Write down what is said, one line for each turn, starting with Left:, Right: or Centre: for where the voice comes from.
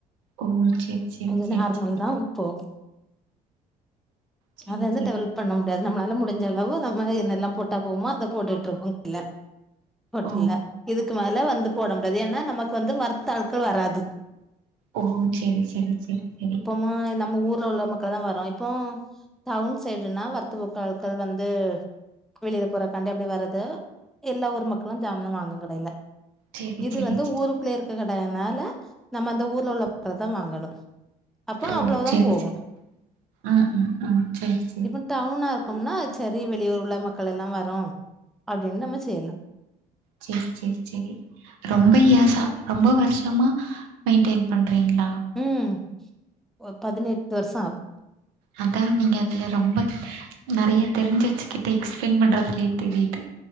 Right: ஓ சேரி சேரி
Centre: அது
Right: சேரி
Centre: நார்மல்தா
Right: சேரி
Centre: இப்போ
Right: சேரி
Centre: அத வந்து
Right: சேரி
Centre: டெவலப் பண்ண முடியாது நம்மளால முடிஞ்சளவு நம் ம் என்னெல்லா போட்டா போமோ அத போட்டுட்டுருக்குங் ஹோட்டல்ல
Right: ஓ
Centre: இதுக்கு மேல வந்து போட முடியாது ஏன்னா நமக்கு வந்து வர்த்து ஆட்கள் வராது
Right: ஓ செரி செரி செரி செரி
Centre: அ நம்ம ஊர்ல உள்ள மக்கள்தா வரு இப்போ டவ்ன் சைடுனா வரத்து போக்க மக்கள் வந்து வெளியில போறக்காண்டி அப்டி வர்றது எல்லா ஊர் மக்களு ஜாமன் வாங்கு கடையில
Right: சேரி
Centre: இது
Right: சேரி
Centre: வந்து
Right: சேரி
Centre: ஊருக்குள்ள இருக்க கடயினால நம்ம அந்த ஊர்ல உள்ள ப தா வாங்கணு அப்போ
Right: ஓ
Centre: அவ்வளவுதா
Right: சேரி
Centre: போகு
Right: சேரி ம் ம் ம் சேரி சேரி
Centre: இப்பன் டவுன்னா இருக்கும்னா ச்சரி வெளியூர் உள் ள மக்களெல்லாவரு அப்டின்ன நம்ம செய்லா
Right: சேர் சேர் செரி ரொம்ப யேர்சா ரொம்ப வர்ஷமா மெயின்டெயின் பண்றீங்ளா
Centre: ம் ஒ பதினெட்டு வருஷொ ஆகு
Right: அத்தா நீங்க அதுல ரொம்ப நெறைய தெரிஞ்சு வச்சுக்கிட் எக்ஸ்பிளைன் பண்றதுலே தெரியுது